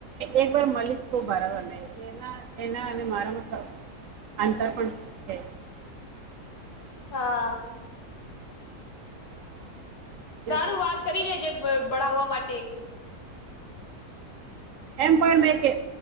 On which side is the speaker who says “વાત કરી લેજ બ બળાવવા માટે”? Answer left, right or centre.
Left